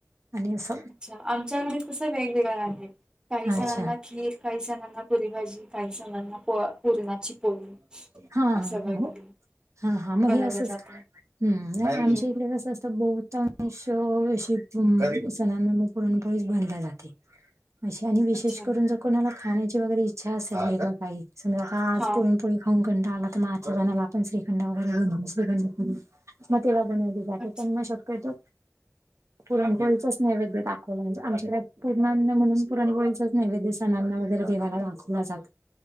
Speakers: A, on the right; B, on the right.
A: आणि असं
B: अच्छा, आमच्याघरी कसं वेगवेगळं आहे, काही
A: अच्छा
B: जणांना खीर काही जणांना पुरी भाजी काही जणांना प पुरणाची पोळी.
A: हा हा,
B: असं वगैरे
A: हो हा हा मग
B: बनवलं
A: हे असंच,
B: जातं
A: हम्म नाय आमच्या
B: हम्म
A: इकडे कसं असतं बहुता श अस पुन, सणांना मग पुरणपोळीच बनलं जाते. अशी आणि विशेष
B: अच्छा
A: करून जर कोणाला खाण्याची वगैरे इच्छा असेल काही समज आता आज
B: हा
A: पुरणपोळी खाऊन कंटाळ आला तर म आचाऱ्याला आपण श्रीखंड वगैरे <unintelligible> म तेव्हा बनवली जाते,
B: अच्छा
A: पण म शक्यतो
B: <inaudible>
A: पुरणपोळीचाच नैवेद्य दाखवला, म्हणजे आमच्याकडे पूर्णान्न म्हणून पुरणोळीचाच नैवेद्य सणांना वगैरे देवाला दाखवला जात